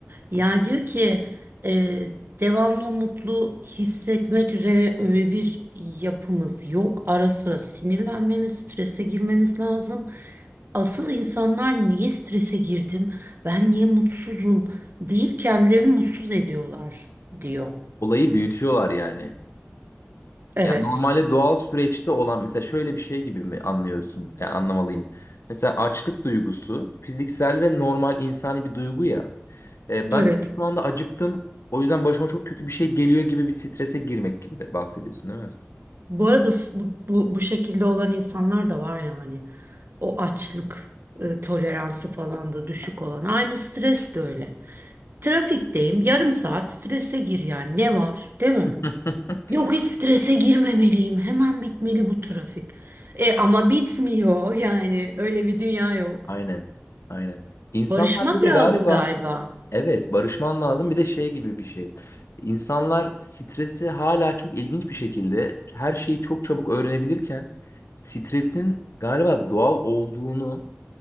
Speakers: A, on the right (about 55°); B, on the left (about 80°).
A: Yani diyor ki e, devamlı mutlu hissetmek üzere öyle bir yapımız yok. Ara sıra sinirlenmemiz, strese girmemiz lazım. asıl insanlar niye strese girdim, ben niye mutsuzum deyip kendilerini mutsuz ediyorlar diyor.
B: Olayı büyütüyorlar yani.
A: Evet,
B: Yani normalde doğal süreçte olan mesela şöyle bir şey gibi mi anlıyorsun? Yani anlamalıyım. Mesela açlık duygusu fiziksel ve normal insani bir duygu ya. E, ben
A: evet.
B: şu anda acıktım. O yüzden başıma çok kötü bir şey geliyor gibi bir strese girmek gibi de bahsediyorsun değil mi?
A: Bu arada s- bu, bu, bu şekilde olan insanlar da var yani. O açlık e, toleransı falan da düşük olan. Aynı stres de öyle. Trafikteyim, yarım saat strese gir yani. Ne var, değil mi?
B: <laughs>
A: Yok hiç strese girmemeliyim. Hemen bitmeli bu trafik. E ama bitmiyor yani. Öyle bir dünya yok.
B: Aynen. Aynen. İnsanlar
A: Barışmak
B: bir de
A: lazım
B: galiba
A: galiba.
B: evet barışman lazım bir de şey gibi bir şey. İnsanlar stresi hala çok ilginç bir şekilde her şeyi çok çabuk öğrenebilirken stresin galiba doğal olduğunu